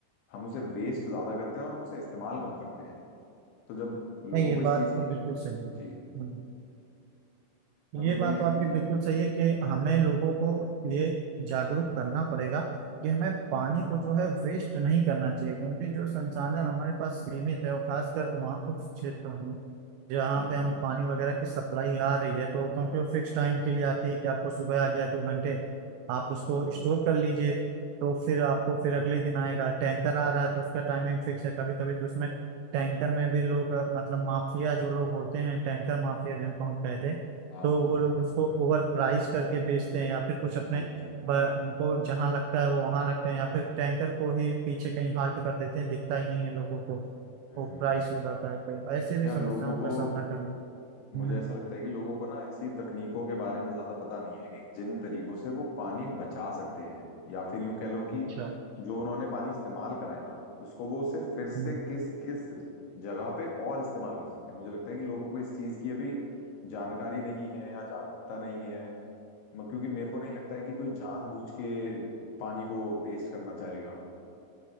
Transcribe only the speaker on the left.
हम उसे वेस्ट ज्यादा करते हैं और हम उसे इस्तेमाल कम करते हैं तो जब
लोगों
को इस
चीज
की
जी
मतलब
वही है
कि
हम्म
हम्म
हाँ
हाँ
हाँ
सुना है मैंने,
देखते हैं
हम्म
यार
लोगों
को
मुझे
ऐसा लगता है कि लोगों को ना ऐसी तकनीकों के बारे में ज्यादा पता नहीं है कि जिन तरीकों से वो पानी बचा सकते हैं या फिर यूं कह लो कि
जो उन्होंने पानी इस्तेमाल करा है ना उसको वो उसे फिर से
किस किस जगह पे और इस्तेमाल कर सकते हैं मुझे लगता है कि लोगों को इस चीज की अभी जानकारी नहीं है या जागरूकता नहीं है म- क्योंकि मेरे को नहीं लगता है कि कोई जानबूझ के पानी को वेस्ट करना चाहेगा